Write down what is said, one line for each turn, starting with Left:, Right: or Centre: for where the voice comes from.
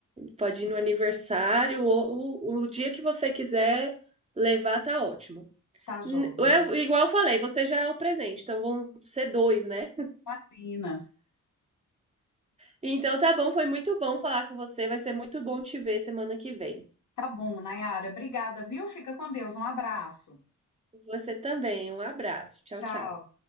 Right: Pode ir no aniversário, ou o, o dia que você quiser levar, tá ótimo.
Left: tá joia,
Right: N- É,
Left: né?
Right: igual eu falei, você já é o presente, então vão ser dois, né?
Left: Imagina.
Right: Então tá bom, foi muito bom falar com você. Vai ser muito bom te ver semana que vem.
Left: Tá bom, Nayara. Obrigada, viu? Fica com Deus. Um abraço.
Right: Você também, um abraço. Tchau,
Left: Tchau.
Right: tchau.